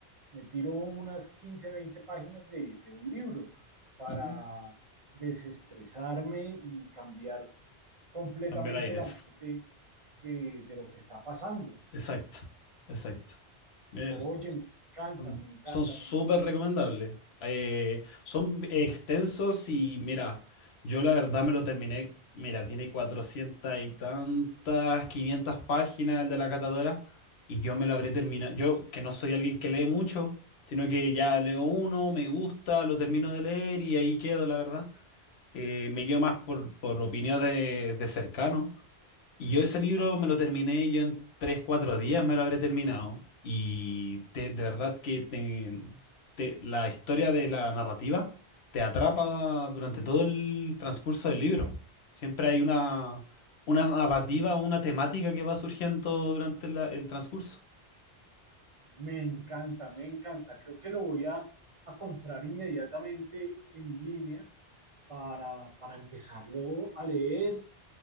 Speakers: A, on the right (about 35°); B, on the left (about 75°).
A: me tiro unas 15 20 páginas de, de un libro para
B: Ujú.
A: desestresarme y cambiar completamente
B: Cambiar aires.
A: la mente de, de lo que está pasando.
B: Exacto, exacto. Es-
A: Oye, me encanta,
B: Son
A: me encanta,
B: son súper
A: me
B: recomendables. Eh, son extensos y mira, yo la verdad me lo terminé. Mira, tiene 400 y tantas, 500 páginas el de la catadora y yo me lo habré terminado. Yo, que no soy alguien que lee mucho, sino que ya leo uno, me gusta, lo termino de leer y ahí quedo, la verdad. Eh, me guío más por, por opinión de, de cercano y yo ese libro me lo terminé, yo en tres, cuatro días me lo habré terminado. Y te- de verdad que te- te- la historia de la narrativa te atrapa durante todo el transcurso del libro. Siempre hay una, una narrativa, una temática que va surgiendo durante la- el transcurso.
A: Me encanta, me encanta. Creo que lo voy a, a comprar inmediatamente en línea para, para empezarlo a leer